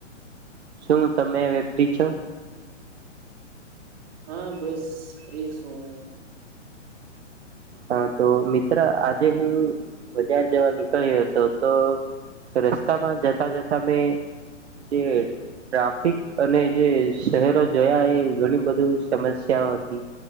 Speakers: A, on the right; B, on the right.
A: શું તમે હવે ફ્રી છો?
B: હા બસ ફ્રી છું.
A: હા તો મિત્ર આજે હું બજાર જવા નીકળ્યો હતો તો રસ્તામાં જતા જતા મેં ટ્રાફિક અને જે શહેરો જોયા એ ઘણી બધી સમસ્યાઓ હતી.